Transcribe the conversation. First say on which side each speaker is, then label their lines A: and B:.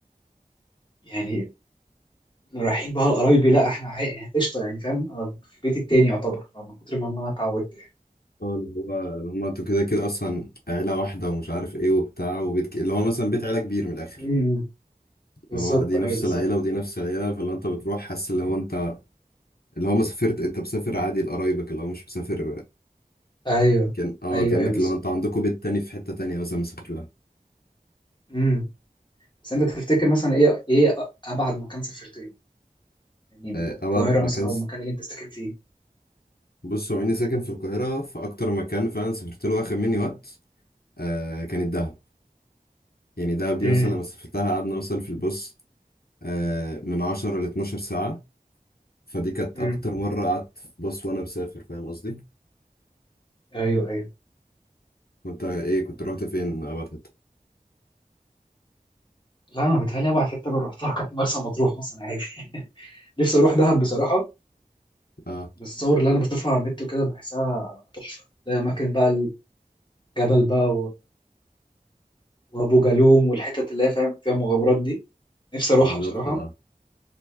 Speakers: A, on the left (about 30°); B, on the left (about 90°).
A: يعني رايحين بقى لقرايبي لا احنا عا- يعني قشطه يعني فاهم أنا في بيتي التاني يعتبر من كتر ما انا اتعودت يعني
B: اه اللي هو اللي هما انتوا كده كده اصلا عيلة واحدة ومش عارف ايه وبتاع وبيت ك- اللي هو مثلا بيت عيلة كبير من الاخر
A: امم
B: اللي
A: بالظبط
B: هو دي
A: ايوه
B: نفس
A: بالظبط
B: العيلة ودي نفس العيلة فاللي انت بتروح حاسس اللي هو انت اللي هو ما سافرت انت مسافر عادي لقرايبك اللي هو مش مسافر
A: ايوه
B: كان اه
A: ايوه
B: كأنك
A: ايوه بالظبط
B: اللي هو انت عندكم بيت تاني في حتة تانية مثلا مسافر لها
A: امم بس انت تفتكر مثلا ايه ايه ابعد مكان سافرت له يعني من
B: آه،
A: القاهره
B: ابعد مكان
A: مثلا او
B: س...
A: المكان اللي انت ساكن فيه
B: بص هو اني ساكن في القاهرة فاكتر مكان فعلا سافرت له واخد مني وقت آه كانت دهب يعني دهب دي
A: امم
B: مثلا لما سافرتها قعدنا مثلا في البص آه من 10 ل 12 ساعة فدي كانت
A: امم
B: أكتر مرة قعدت في باص وأنا مسافر فاهم قصدي؟
A: ايوه ايوه
B: وأنت إيه كنت رحت فين أبعد حتة؟
A: لا انا بتهيألي ابعد حته انا رحتها كانت مرسى مطروح مثلا عادي <laughs> نفسي اروح دهب بصراحه
B: أه
A: بالصور اللي انا بشوفها على النت وكده بحسها تحفه الاماكن بقى الجبل بقى وابو جالوم والحتت اللي هي فاهم فيها مغامرات دي نفسي اروحها
B: بالظبط
A: بصراحه
B: أه